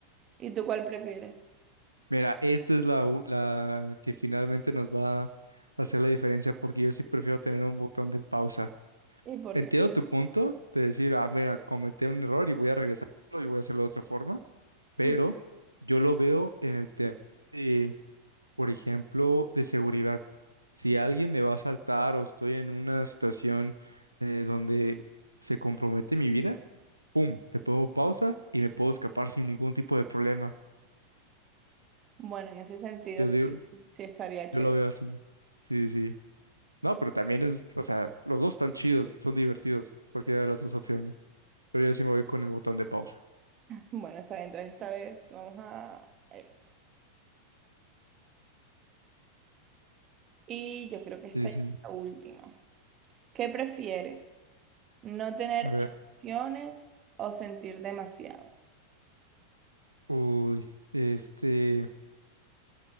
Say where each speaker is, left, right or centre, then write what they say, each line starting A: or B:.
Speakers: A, on the right (about 30°); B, on the right (about 80°).
A: ¿Y tú cuál prefieres?
B: Mira, esta es la, u- la que finalmente nos va a hacer la diferencia porque yo sí prefiero tener un botón de pausa.
A: ¿Y por
B: Entiendo
A: qué?
B: tu punto de decir, ah, mira, cometí un error y voy a regresarlo y voy a hacerlo de otra forma, pero
A: Mm.
B: yo lo veo en el tema de, por ejemplo, de seguridad. Si alguien me va a saltar o estoy en una situación eh, donde se compromete mi vida, ¡pum! Le pongo pausa y me puedo escapar sin ningún tipo de problema.
A: Bueno, en ese sentido
B: Yo
A: sí,
B: digo,
A: sí estaría chévere.
B: yo lo veo así. Sí, sí. No, pero también es, o sea, los dos están chidos, son divertidos, cualquiera de las dos opciones. Pero yo sí me voy con el botón de pausa.
A: Bueno, está bien, entonces esta vez vamos a esto. Y yo creo que esta
B: Sí, sí.
A: ya es
B: sí.
A: la última. ¿Qué prefieres? ¿No tener
B: A ver,
A: emociones o sentir demasiado?
B: uy, este,